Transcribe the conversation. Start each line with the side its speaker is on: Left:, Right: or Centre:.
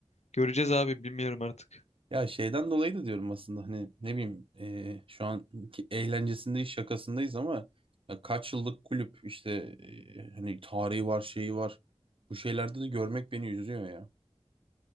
Left: Göreceğiz abi bilmiyorum artık.
Right: Ya şeyden dolayı da diyorum aslında hani ne bileyim e, şu an eğlencesindeyiz şakasındayız ama ya kaç yıllık kulüp işte e, hani tarihi var şeyi var. Bu şeylerde de görmek beni üzüyor ya.